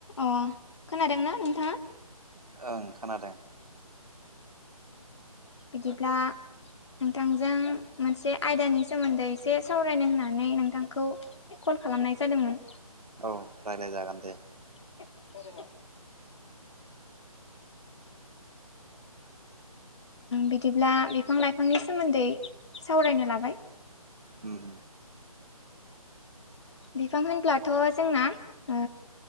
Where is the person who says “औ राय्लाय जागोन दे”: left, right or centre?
Right